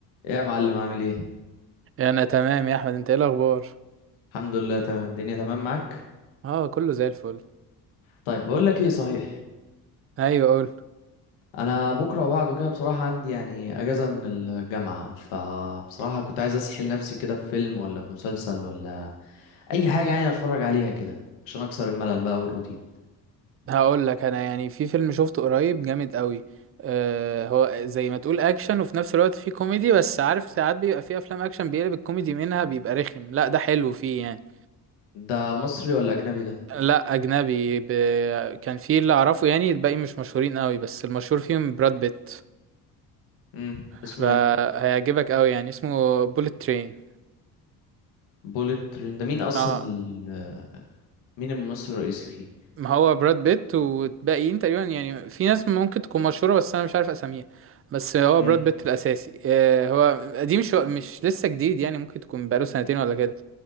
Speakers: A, on the left; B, on the right.
A: ايه يا معلم عامل ايه
B: انا تمام يا احمد انت ايه الاخبار
A: الحمد لله تمام الدنيا تمام معاك
B: اه كله زي الفل
A: طيب بقول لك ايه صحيح
B: ايوه قول
A: انا بكره وبعده كده بصراحه عندي يعني اجازه من الجامعه فبصراحه كنت عايز اسحل نفسي كده في فيلم ولا في مسلسل ولا اي حاجه يعني اتفرج عليها كده عشان اكسر الملل بقى والروتين
B: هقول لك انا يعني في فيلم شفته قريب جامد قوي آه هو زي ما تقول اكشن وفي نفس الوقت فيه كوميدي بس عارف ساعات بيبقى فيه افلام اكشن بيقلب الكوميدي منها بيبقى رخم لا ده حلو فيه يعني
A: ده مصري ولا اجنبي ده
B: لا اجنبي ب... كان فيه اللي اعرفه يعني الباقي مش مشهورين قوي بس المشهور فيهم براد بيت
A: امم اسمه
B: فهيعجبك
A: ايه
B: قوي يعني اسمه بوليت ترين
A: بوليت ترين ده مين اصلا
B: اه
A: ال... مين الممثل الرئيسي فيه
B: ما هو براد بيت والباقيين تقريبا يعني في ناس ممكن تكون مشهورة بس أنا مش عارف أساميها بس هو
A: امم
B: براد بيت الأساسي آه، هو قديم شو مش لسه جديد يعني ممكن تكون بقاله سنتين ولا كده